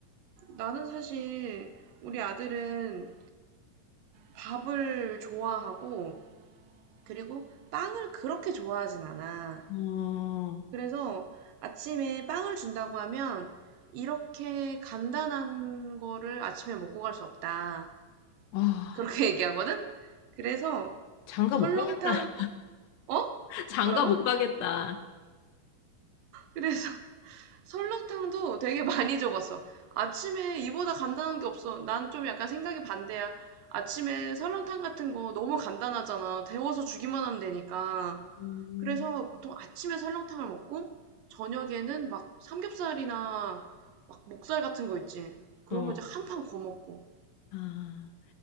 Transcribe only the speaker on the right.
나는 사실 우리 아들은 밥을 좋아하고 그리고 빵을 그렇게 좋아하진 않아.
그래서 아침에 빵을 준다고 하면 이렇게 간단한 거를 아침에 먹고 갈 수 없다.
그렇게 <laughs> 얘기하거든? 그래서
설렁탕,
어?
뭐라고?
그래서 설렁탕도 되게 많이 줘봤어. 아침에 이보다 간단한 게 없어. 난 좀 약간 생각이 반대야. 아침에 설렁탕 같은 거 너무 간단하잖아. 데워서 주기만 하면 되니까.
그래서 보통 아침에 설렁탕을 먹고 저녁에는 막 삼겹살이나 막 목살 같은 거 있지. 그런
거 이제 한 판 거먹고.